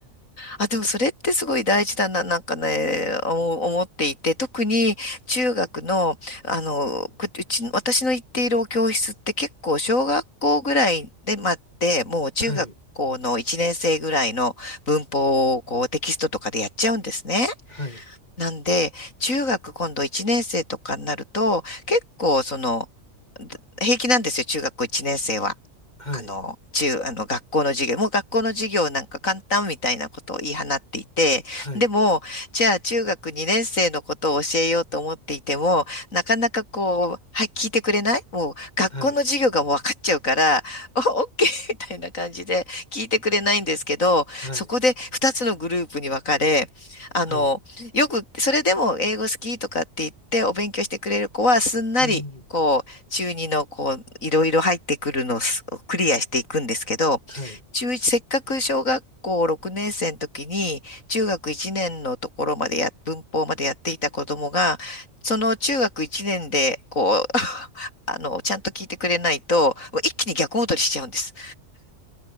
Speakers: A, on the left; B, on the left.
A: あ、でもそれってすごい大事だな、なんかね、思思っていて、特に中学の、あの、こうち、私の行っているお教室って結構小学校ぐらいで待って、もう中学校の1年生ぐらいの文法をこうテキストとかでやっちゃうんですね。
B: はい、はい、
A: なんで、中学今度1年生とかになると、結構その、平気なんですよ、中学校1年生は。
B: はい、
A: あの、中、あの、学校の授業、もう学校の授業なんか簡単みたいなことを言い放っていて、
B: はい、
A: でも、じゃあ中学2年生のことを教えようと思っていても、なかなかこう、はい、聞いてくれないもう学校の授業がもう分かっちゃうから、
B: はい、
A: お、オッケー <laughs> みたいな感じで聞いてくれないんですけど、
B: はい、
A: そこで2つのグループに分かれ、あの、
B: はい、
A: よく、それでも英語好きとかって言ってお勉強してくれる子はすんなり、
B: うん、
A: こ中二のこう、いろいろ入ってくるのをすクリアしていくんですけど、
B: はい、
A: 中1、せっかく小学校6年生の時に、中学1年のところまでや、文法までやっていた子供が、その中学1年で、こう、<laughs> あの、ちゃんと聞いてくれないと、一気に逆戻りしちゃうんです。